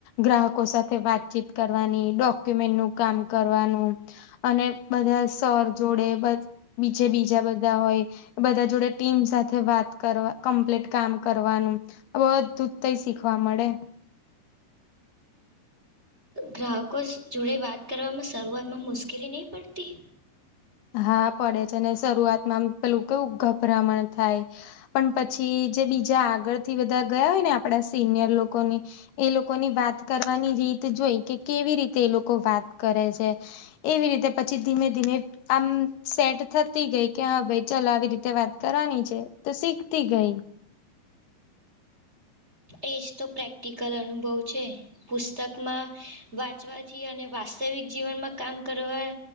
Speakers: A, on the left; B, on the right.
A: ગ્રાહકો સાથે વાતચીત કરવાની ડોક્યુમેન્ટ નું કામ કરવાનું અને બધા સર જોડે. બીચે બીજા બધા હોય બધા જોડે ટીમસ સાથે વાત કરવા કમ્પ્લીટ કામ કરવાનું બધું જ તય શીખવા મળડે
B: ગ્રાહકો જોડે વાત કરવામાં શરૂઆતમાં મુશ્કેલી નહીં પડતી.
A: હા પડે છે ને શરૂઆતમાંમ પેલું કેવું ગભરામણ થાય. પણ પછી જે બીજા આગળ થી બધા ગયા હોય ને આપણા સિનિયર લોકોની એ લોકો ની વાત કરવાની રીત જોઈ કે કેવી રીતે એ લોકો વાત કરે છે એવી રીતે પછી ધીમે ધીમે આમ સેટ થતી ગઈ કે હા ભાઈ ચાલ આવી રીતે વાત કરવાની છે તો શીખતી ગઈ
B: એજ તો પ્રેક્ટિકલ અનુભવ છે. પુસ્તકમાં વાંચવાથી અને વાસ્તવિક જીવનમાં કામ કરવા